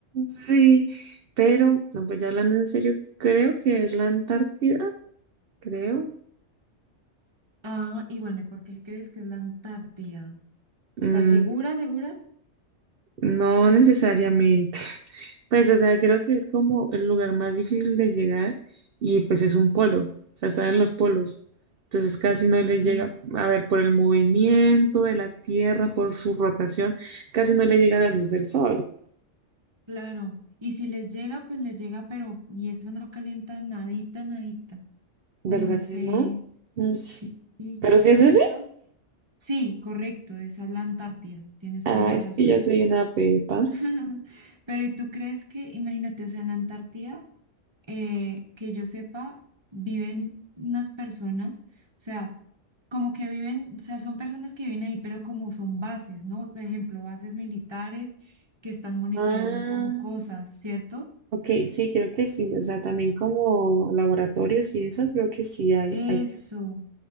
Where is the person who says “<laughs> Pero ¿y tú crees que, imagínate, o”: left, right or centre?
Right